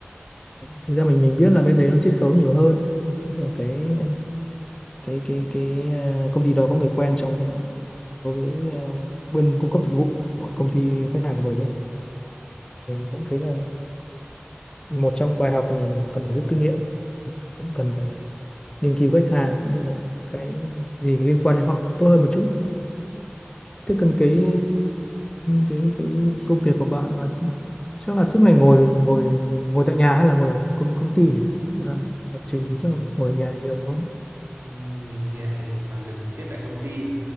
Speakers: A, on the left; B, on the right.
A: thực ra mình mình biết là bên đấy nó chiết khấu nhiều hơn và cái cái cái cái à, công ty đó có người quen trong đối với à, bên cung cấp dịch vụ của công ty khách hàng của mình ấy mình cũng thấy là một trong bài học mình cần phải rút kinh nghiệm cũng cần phải nghiên cứu khách hàng cũng như là cái gì liên quan đến họ tốt hơn một chút thế cần cái cái cái công việc của bạn mà chắc là suốt ngày ngồi ngồi ngồi tại nhà hay là ngồi ở công công ty làm lập trình
B: Ừ.
A: chắc là ngồi ở nhà nhiều đúng không
B: Ừm, Mình thì lại làm việc trực tiếp tại công ty.